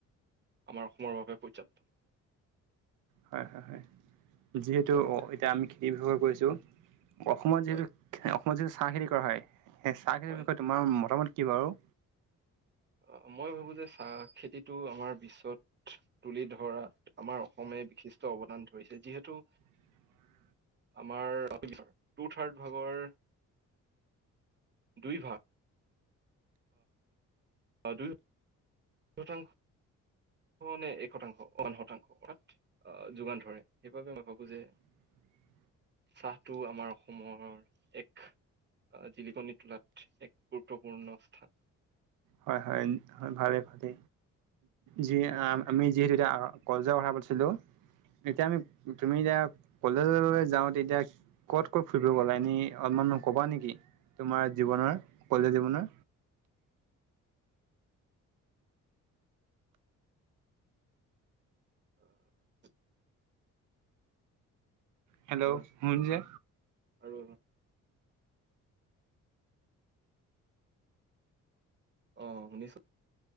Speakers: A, on the right; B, on the right.
A: আমাৰ অসমৰ বাবে পৰ্যাপ্ত।
B: হয় হয় হয় যিহেতু
A: হয়
B: এতিয়া আমি খেতি ব্যৱহাৰ কৰিছোঁ। অসমত
A: হয়
B: যিহেতু অসমত যিহেটো চাহ খেতি কৰা হয় সেই চাহ খেতিৰ
A: হয়
B: বিষয়ে তোমাৰ মতামত? কি বাৰু?
A: অ মই ভাবো যে চাহ খেতিটো আমাৰ বিশ্বত তুলি ধৰাত আমাৰ অসমীয়া বিশিষ্ট অৱদান ধৰিছে যিহেতু
B: <inaudible>
A: আমাৰ টু থাৰ্ড ভাগৰ দুই ভাগ অ দুই দুই শতাংশ নে এক শতাংশ ওৱান শতাংশ বাত আহ যোগান ধৰে সেইবাবে মই ভাবো যে
B: <inaudible>
A: চাহটো আমাৰ অসমৰ এক আহ জিলিকনি তোলাত এক গুৰুত্বপূৰ্ণ স্থান।
B: হয় হয় ভালে ভালে। য আমি যিহেতু এতিয়া কলেজ'অ কথা পাতিছিলো। এতিয়া আমি তুমি এতিয়া কলেজলৈ যাও তেতিয়া কত ক'ত ফুৰিব গ'লা এনে অলপ মানে ক'বা নেকি, তোমাৰ জীৱনৰ কলেজ জীৱনৰ?
A: <inaudible>
B: হেল্ল'
A: হয়
B: শু শুনিছে?
A: আৰু। অহ শুনিছো